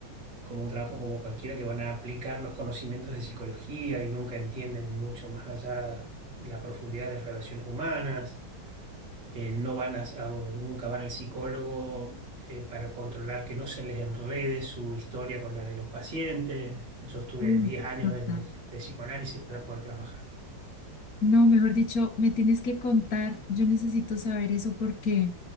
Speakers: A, on the right (about 80°); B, on the left (about 55°).
A: como un trabajo como cualquiera, que van a aplicar los conocimientos de psicología y nunca entienden mucho más allá la profundidad de las relaciones humanas eh, no van a, a- un- nunca van al psicólogo eh, para controlar que no se les enrede su historia con la de los pacientes. Yo estuve
B: Mm,
A: diez años
B: Total.
A: de, de psicoanálisis para poder trabajar.
B: No, mejor dicho, me tienes que contar, yo necesito saber eso porque